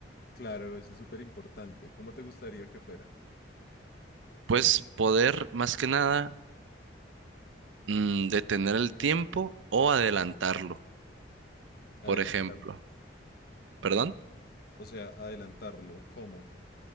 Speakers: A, on the left (about 55°); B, on the right (about 85°).
A: Claro, eso es súper importante. ¿Cómo te gustaría que fuera?
B: Pues poder más que nada mm, detener el tiempo o adelantarlo,
A: Adelantarlo.
B: por ejemplo. ¿Perdón?
A: O sea, adelantarlo. ¿Cómo?